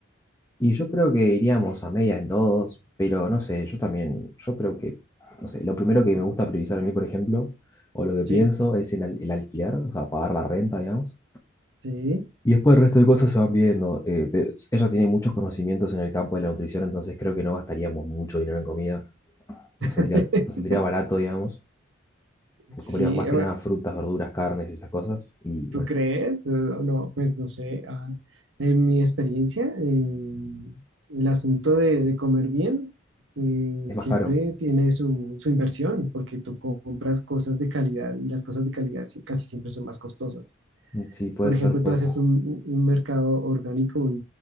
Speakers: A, on the left; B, on the right.
A: Y yo creo que iríamos a medias en todos, pero no sé, yo también, yo creo que, no sé, lo primero que me gusta priorizar a mí, por ejemplo, o lo que
B: Sí,
A: pienso es en al- el alquiler, o sea, pagar la renta, digamos.
B: sí.
A: Y después el resto de cosas se van viendo. Eh, ve- ella tiene muchos conocimientos en el campo de la nutrición, entonces creo que no gastaríamos mucho dinero en comida. Nos
B: <laughs>
A: saldría, nos saldría barato, digamos.
B: Sí,
A: Comeríamos más que nada frutas, verduras, carnes y esas cosas. Y
B: ¿Tú
A: bueno,
B: crees? Eh, No, pues no sé. ah, en mi experiencia, eh, el asunto de, de comer bien eh,
A: es
B: siempre
A: más caro.
B: tiene su, su inversión, porque tú compras cosas de calidad y las cosas de calidad sí- casi siempre son más costosas.
A: Mm, Sí, puede
B: Por
A: ser,
B: ejemplo,
A: puede
B: tú haces
A: ser.
B: un, un- un mercado orgánico y,